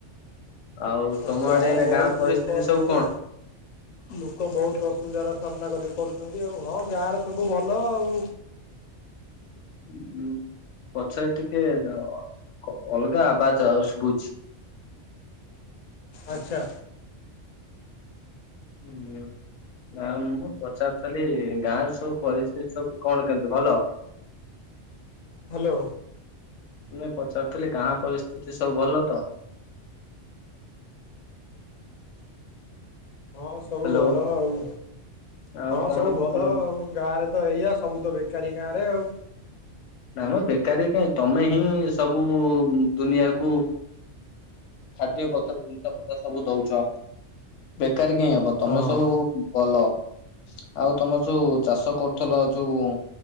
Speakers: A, on the left; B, on the left.
A: ଆଉ ତମ
B: ଆଛା
A: ଆଡେ
B: ଆ
A: ଏଇନା
B: ବହୁତ
A: ଗାଁ ପରିସ୍ଥିତି
B: ଲୋକ ଲୋକ
A: ସବୁ
B: ଲୋକ ବହୁତ ଅସୁବିଧାର ସାମ୍ନା କରି କରୁଛନ୍ତି। <inaudible> ଆଉ ହଁ ଗାଁଆର ସବୁ ଭଲ ଆଉ
A: ଉଁଉଁ ଉଁ ପଛରେ ଟିକେ ଅ ଅଲଗା ଆବାଜ ଆଉ ଶୁଭୁଛି।
B: ଆଚ୍ଛା।
A: ହୁଁ ଉଁ। ନା ମୁଁ କଣ ପଚାରୁଥିଲି ଗାଁଆର ସବୁ ପରିସ୍ଥିତି ସବୁ କଣ କେମିତି ଭଲ?
B: ହ୍ୟାଲୋ।
A: ନାଇଁ ପଚାରୁିଥିଲି ଗାଁଆ ପରିସ୍ଥିତି ସବୁ ଭଲ ତ?
B: ହଁ ସବୁ
A: ହ୍ୟାଲୋ
B: ଭଲ ଆଉ,
A: ଆଉ
B: ହଁ
A: କଣ
B: ସବୁ ଭଲ
A: ତମ
B: ଆଉ ଗାଁରେ ତ ଏଇଆ ସବୁ ତ ବେକାରୀ ଗାଁ <unintelligible>
A: ନା ମ ବେକାରୀ କାହିଁ ତମେ ହିଁ ସବୁ ଦୁନିଆକୁ ଖାଦ୍ୟପତ୍ର ଜିନିଷପତ୍ର ସବୁ ଦଉଛ। <unintelligible> ବେକାରୀ କାହିଁ ହବ ତମେ
B: ହଁ।
A: ସବୁ ଭଲ ଆଉ ତମର ଯୋଉ ଚାଷ କରୁଥିଲ ଯୋଉ